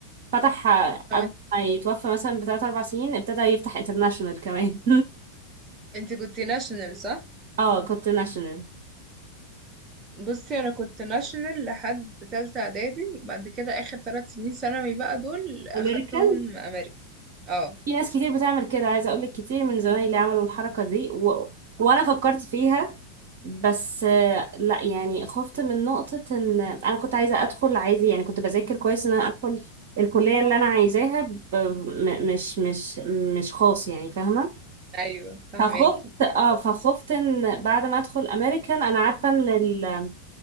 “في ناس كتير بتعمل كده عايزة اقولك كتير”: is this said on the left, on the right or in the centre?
Right